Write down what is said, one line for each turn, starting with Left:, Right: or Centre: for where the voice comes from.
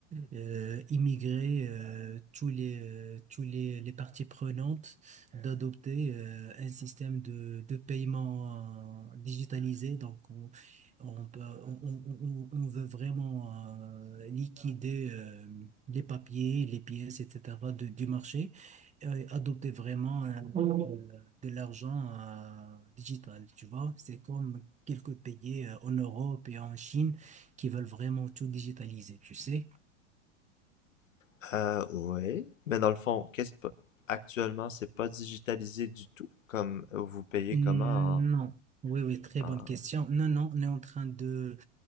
Right: euh, immigrer euh, tous les, euh, tous les, les parties prenantes d'adopter euh, un système de, de paiement euh, digitalisé. Donc, on, on, peut- on, on- on- on veut vraiment euh, liquider euh, les papiers, les pièces, etc. de- du marché et adopter vraiment euh, euh, de l'argent euh, digital. Tu vois, c'est comme quelques pays euh, en Europe et en Chine qui veulent vraiment tout digitaliser, tu sais.
Left: Ah, oui. Mais dans le fond, qu'est-ce pas- actuellement, c'est pas digitalisé du tout, comme vous payez
Right: Non.
Left: comment
Right: Oui, oui, très
Left: en,
Right: bonne
Left: en...
Right: question. Non, non, on est en train de...